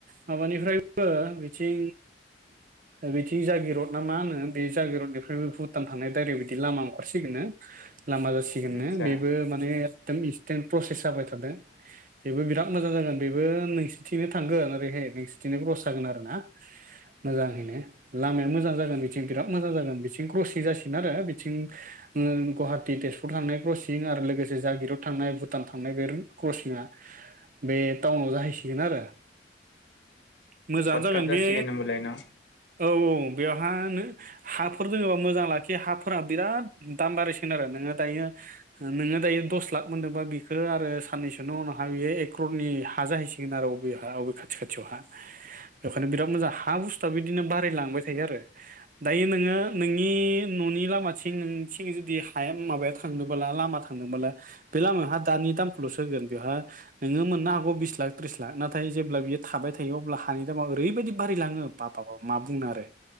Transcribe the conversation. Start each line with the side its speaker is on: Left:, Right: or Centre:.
Right: माबानिफ्राय ओ मिथिं बिथिं जागिरद ना मा होनो? बे जागिरड बेफोर भुटान थांनाय डायरेक बिदि लामा ओंखरसिगोननो लामा जासिगोननो
Left: आतसा
Right: बेबो माने एदम इस थें प्रसेस जाबाय थादों। बेबो बिराद मोजां जागोन बेबो नोंसिनिथिंनो थांगोन आरोरैहाय नोंसिथिंनो क्रस जागोन आरो ना मोजाङैनो। लामाया मोजां जागोन बिथि थिं बिराद मोजां जागोन बिसिं क्रसिं जासिनो आरो सिं ओङो गुवाहाट थि तेजपुर थांनाय क्रसिं आरो लोगोस जागिरथ थांनाय भुटान थांनाय बे क्रसिंआ बे टाउनाव जाहैसिगोन आरो। मोजाङानो
Left: सर्टकाट
Right: जागोन
Left: जासिगोन
Right: बे
Left: होनबालाय न
Right: <inaudible> ओ औ औ। बेवहा हाफोर दङोबा मोजां लाखि बे हाफोरा बिराद दाम बारायसिगोन आरो नोङो दायो नोङो दायो दस लाख मोनदोंबा बिफोरो आरो साननैसोन उनावहा बियो एक्ररनि हा जाहैसिगोन आर' बबेयाव बबे खाथि खाथियावहा बेखायनो बिराद मोजां हा बुस फा बिदिनो बारायलांबाय थायो आरो। दायो नोङो नों बे न'नि लामाथिं नोंथिं जुदि हाया माबायाव थांनोबोला लामा थां नोबोला बे लामा हा दानि दामखौल'सो होगोन बेवहाय नोङो मोननो हागौ बिस लाख त्रिस लाख नाथाय जेब्ला बियो थाबाय थायो अब्ला हानि दामा ओरैबायदि बारायलाङो बाबा बाप मा बुंनो आरो।